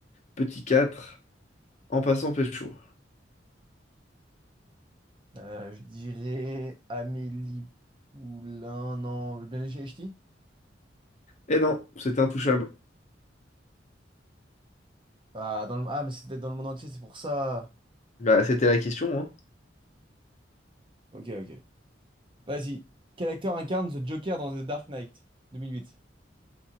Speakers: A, on the left; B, on the right.
A: Petit 4, en passant pécho.
B: Euh, je dirais Amélie Poulain. Non, Ben Ch'ti?
A: Eh non, c'était intouchable.
B: Ah, dans le... ah, mais c'était dans le monde entier, c'est pour ça.
A: Bah, c'était la question, hein.
B: Ok, ok. Vas-y. Quel acteur incarne The Joker dans The Dark Knight 2008?